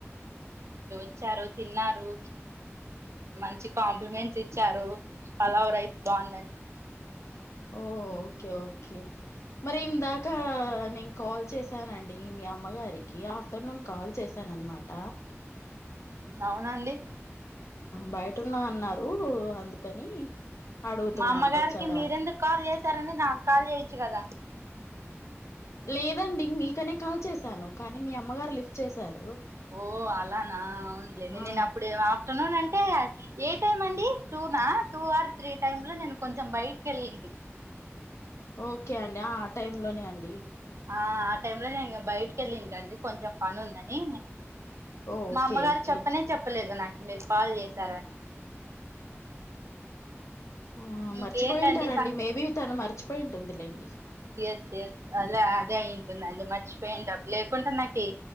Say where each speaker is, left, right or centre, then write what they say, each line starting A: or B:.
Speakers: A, on the right; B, on the left.
A: చ్చారు తిన్నారు మంచి కాంప్లిమెంట్స్ ఇచ్చారు. పలావ్ రైస్ బాగుందని.
B: ఓ ఓకే, ఓకే మరి ఇందాకా. నేను కాల్ చేసానండి మీ అమ్మగారికి. ఆఫ్టర్నూన్ కాల్ చేశాన అన్నమాట.
A: అవునండి
B: బయటన్న అన్నారు అందుకని అడుగుతున్నాను
A: మా అమ్మగారికి
B: వచ్చారా
A: మీరెందుకు కాల్ చేసారండి నాకు కాల్ చేయొచ్చు కదా.
B: లేదండి. మీకనే కాల్ చేశాను కానీ, మీ అమ్మగారు లిఫ్ట్ చేశారు.
A: ఓ అలానా అవునులే. నే
B: ఆ
A: నేనప్పుడే ఆఫ్టర్నూన్ అం టే ఏ టైం అండి. టూ నా టూ ఆర్ త్రీ టైం లో నేను కొంచెం బయిట్ కెళ్ళింటి.
B: ఓకే అండి. ఆ టైం లోనే అండి.
A: ఆ ఆ టైం లో నేన్ ఇంగ బయిట్ కేళ్ళింటండి. కొంచెం పని ఉందని
B: ఓ ఓకే
A: మా అమ్మగారు
B: ఓకే
A: చెప్పనే చెప్పలేద్గా. నాకు మీరు కాల్ చేశారని.
B: ఆ మర్చిపోయింటారంండి.
A: ఇంకేంటండి సం
B: మేబి తను మర్చిపోయింటుందిలేండి.
A: ఎస్ ఎస్ అదే అంటే అయ్యుం తుందండి. మర్చిపోయింటాబ్ లేకుంటే నాకి